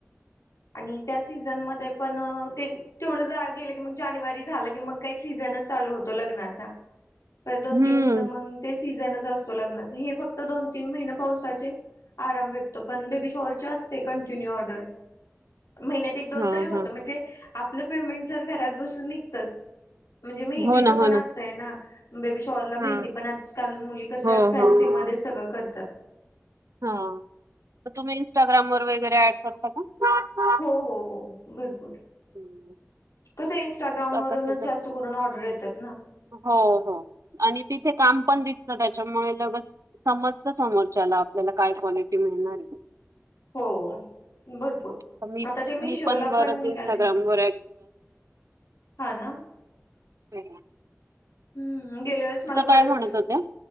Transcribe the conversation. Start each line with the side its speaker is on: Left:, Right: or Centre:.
Left: आणि त्या सीझनमध्ये पण ते तेवढं जा गेलं की मग जानेवारी झालं की, मग काय सीझनच चालू होतो, लग्नाचा. दोन
Right: हम्म
Left: तीन महिने मग ते सीझनच असतो. लग्नाच. हे फक्त दोन, तीन, महिने पावसाचे आराम भेटतो. पण बेबी शॉअर च्या असते कंटिन्यू ऑर्डर. महिन्यात एक दोन
Right: हा
Left: तरी होत.
Right: हा
Left: म्हणजे, आपलं पेमेंट जर घरात बसून निघतच म्हणजे, मी मेंदीचं
Right: हो ना
Left: पण
Right: हो
Left: असतंय ना. बेबी शॉरला, मेहंदी
Right: हा
Left: पण आजकाल मुली कशा
Right: हो
Left: फॅन्सीमध्ये
Right: हो हो
Left: सगळं करतात.
Right: हा, म तुम्ही इनस्टाग्राम वर वगैरे ऍड करता का?
Left: हो, हो, हो, भरपूर.
Right: हम्म.
Left: कस इनस्टाग्राम
Right: आता
Left: वरुनच
Right: सध्या
Left: जास्त करून ऑर्डर येतात ना.
Right: हो, हो, आणि तिथे काम पण दिसत, त्याच्यामुळे लगच समजत समोरच्याला, आपल्याला, काय क्वालिटी मिळणारे.
Left: हो. भरपूर,
Right: तर मी
Left: आता ते मीशोला
Right: मी बरंच
Left: पण निघाले.
Right: इंस्टाग्राम वर
Left: हा ना?
Right: ह ह.
Left: हम्म, गेल्या वेळेस मला
Right: काय
Left: बऱ्याच
Right: म्हणत होत्या